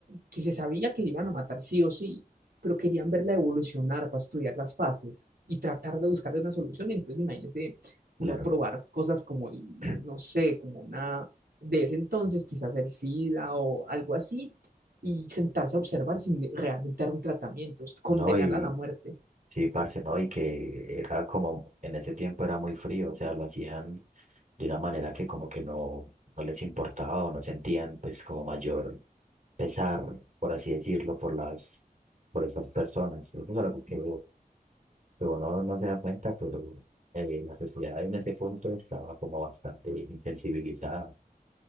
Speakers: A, on the right; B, on the right.
A: que se sabía que iban a matar sí o sí, pero querían verla evolucionar para estudiar las fases y tratar de buscar una solución. Entonces, imagínese
B: claro.
A: uno probar cosas como,
B: <clears throat>
A: no sé, como una de ese entonces, quizás el SIDA o algo así, y sentarse a observar sin realmente dar un tratamiento, condenarla
B: No, y
A: a la muerte
B: Sí, parce, ¿no? Y que era como, en ese tiempo era muy frío, o sea, lo hacían de una manera que como que no, no les importaba o no sentían pues como mayor pesar, por así decirlo, por las, por estas personas. Eso es algo que, que uno no se da cuenta, pero eh, la sociedad en ese punto estaba como bastante insensibilizada.